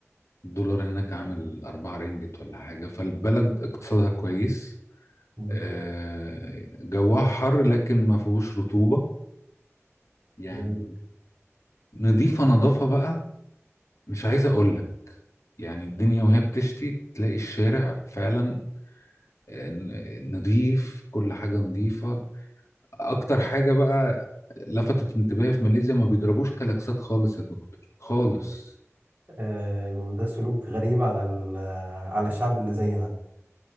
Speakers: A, on the left; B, on the right.
A: الدولار هناك عامل أربعة رينجت ولا حاجة فالبلد اقتصادها كويس
B: مم.
A: آه، جواها حر لكن ما فيهوش رطوبة يعني
B: جميل
A: نضيفة نظافة بقى مش عايز اقول لك يعني الدنيا وهي بتشتي تلاقي الشارع فعلا آه، ن- نضيف كل حاجة نضيفة اكتر حاجة بقى لفتت انتباهي في ماليزيا ما بيضربوش كلاكسات خالص يا دكتور خالص
B: آه وده سلوك غريب على ال... على الشعب اللي زينا